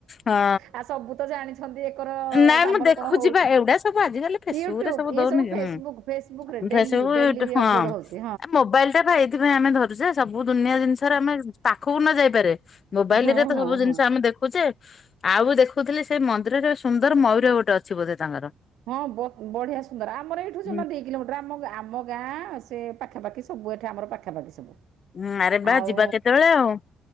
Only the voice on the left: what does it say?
ହଁ,
ନାଇ ମୁଁ
ଦେ ଦେଖୁଛିିପା,
ଏଗୁଡା ସବୁ ଆଜିିକାଲି ଫେସବୁକ
ରେ ସବୁ
ଦଉନି କି?
ହୁଁ,
Facebook,
you tube, ହଁ।
ଆ ମୋବାଇଲ ଟା ପା ଏଥିପାଇଁ ଆମେ ଧରୁଛେ ସବୁ ଦୁନିଆ ଜିନିଷରେ ଆମେ ପାଖକୁ ନ ଯାଇପାରେ ମୋବାଇଲ
ରେ ଯେତେ
ସବୁ ଜିନିଷ
ଆମେ ଦେଖୁଛେ, ଆଉ ଦେଖ କହୁଥିଲି ସେ ମନ୍ଦିରରେ ସୁନ୍ଦର ମୟୂର ଗୋଟେ ଅଛି ବୋଧେ ତାଙ୍କର।
ହୁଁ
ହଁ ଆରେ ବା!
ଯିବା କେତେବେଳେ ଆଉ।